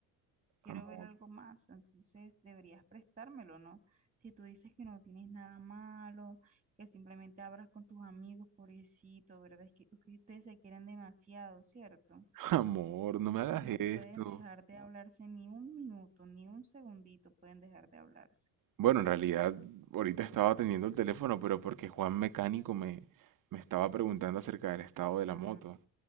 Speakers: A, on the right (about 15°); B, on the right (about 45°).
A: Quiero
B: Amor,
A: ver algo más. Entonces deberías prestármelo, ¿no? Si tú dices que no tienes nada malo, que simplemente hablas con tus amigos, pobrecito, ¿verdad? Es que es que ustedes se quieren demasiado, ¿cierto?
B: <laughs> amor, no me hagas
A: que no
B: esto.
A: pueden dejar de hablarse ni un minuto, ni un segundito pueden dejar de hablarse.
B: Bueno, en realidad ahorita estaba atendiendo el teléfono, pero porque Juan Mecánico me, me estaba preguntando acerca del estado de
A: Mm,
B: la moto.